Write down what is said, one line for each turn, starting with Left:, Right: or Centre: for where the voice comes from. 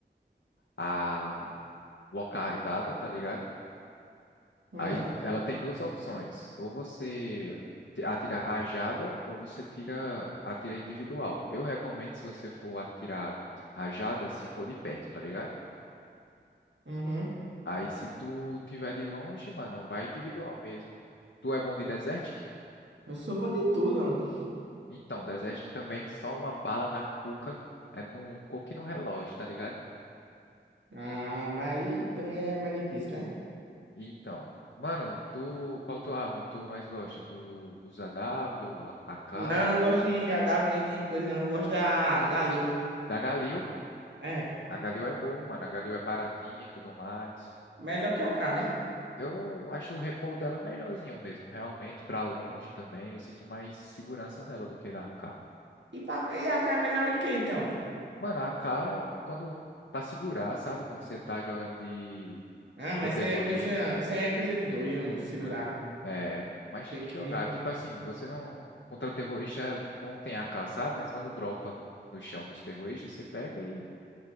Left: a locardada, tá ligado?
Right: Hum,
Left: Aí ela tem duas opções. Ou você ti- atira rajada, ou você tira atira individual. Eu recomendo se você for atirar rajada, se for de perto, tá ligado?
Right: uhum.
Left: Aí se tu tiver de longe, mano, vai individual mesmo. Tu é bom de Desertic?
Right: Eu sou bom de tudo. mano.
Left: Então, Desertic também, só uma bala na cuca, é num coque no relógio, tá ligado?
Right: Ah, mas aí também é mais difícil, né?
Left: E então, mano, tu, qual tua arma que tu mais gosta? Tu usa W, A- AK,
Right: Não, eu não gosto de AW nem de coisa, não. Eu gosto da Galil.
Left: da Galil?
Right: É,
Left: A Galil é boa, mano, a Galil é baratinha e tudo mais.
Right: melhor que a K né?
Left: Eu acho o recuo dela melhorzinho mesmo, realmente, pra longe também, eu sinto mais segurança nela do que na AK.
Right: E paca, e AK é melhor em quê, então?
Left: Mano, a AK é quando pra segurar, sabe? Quando você tá jogando de
Right: Ah,
Left: contra
Right: mas
Left: terrorista,
Right: isso aí é coisa, isso aí é coisa de doido, eu segurar.
Left: né? É, mas
Right: Tem
Left: tem que
Right: que.
Left: jogar. Tipo assim, você não contra terrorista não tem AK, sabe? Mas quando dropa no chão dos terroristas, você pega e